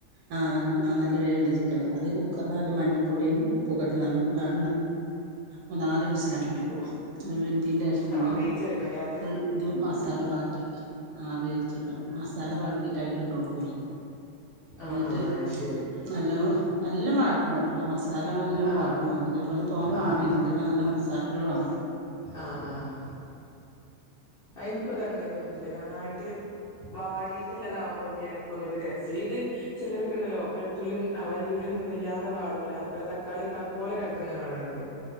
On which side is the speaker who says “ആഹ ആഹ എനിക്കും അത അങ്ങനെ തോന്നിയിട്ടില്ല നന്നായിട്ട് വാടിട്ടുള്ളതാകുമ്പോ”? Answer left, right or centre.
Left